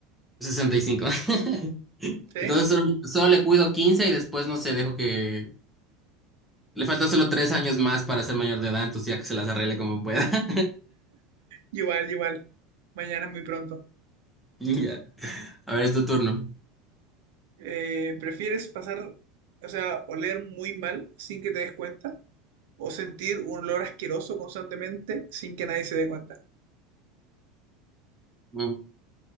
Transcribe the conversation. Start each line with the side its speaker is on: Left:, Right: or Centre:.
Centre: sesenta y cinco <laughs>
Right: ¿Sí?
Centre: Entonces solo, solo le cuido 15 y después no sé, dejo que... Le faltan solo tres años más para ser mayor de edad, entonces ya que se las arregle como pueda. <laughs>
Right: Igual, igual. Mañana es muy pronto.
Centre: Ya. A ver, es tu turno.
Right: Eh, ¿prefieres pasar, o sea, oler muy mal sin que te des cuenta? ¿O sentir un olor asqueroso constantemente sin que nadie se dé cuenta?
Centre: Mm,